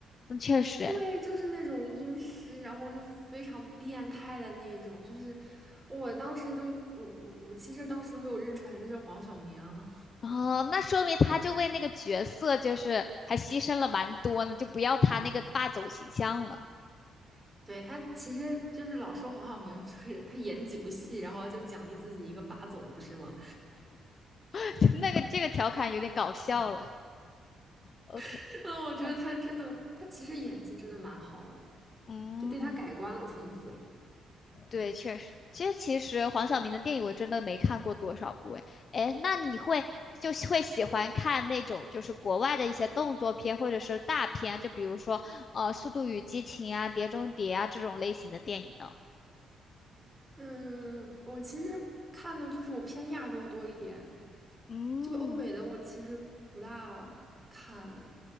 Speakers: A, on the left; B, on the right.
A: 嗯，确实诶，
B: 对，就是那种阴湿，然后就非常变态的那一种，就是我当时都我我我其实当时都没有认出来这是黄晓明啊
A: 哦，那说明他就为那个角色就是还牺牲了蛮多呢，就不要他那个霸总形象了。
B: <laughs> 对他其实就是老说黄晓明就是他演几部戏，然后就奖励自己一个霸总，不是吗？
A: <laughs> 那个这个调侃有点搞笑了。OK，
B: <laughs> 嗯，我觉得他真的，
A: 嗯
B: 他其实演技真的蛮好的，
A: 嗯，
B: 就对他改观了，从此。
A: 对，确实，其实其实黄晓明的电影我真的没看过多少部诶。哎，那你会就会喜欢看那种就是国外的一些动作片或者是大片啊，就比如说呃《速度与激情》啊、《碟中谍》啊这种类型的电影呢？
B: 嗯，我其实看的就是我偏亚洲多一点，
A: 嗯。
B: 就欧美的我其实不大看，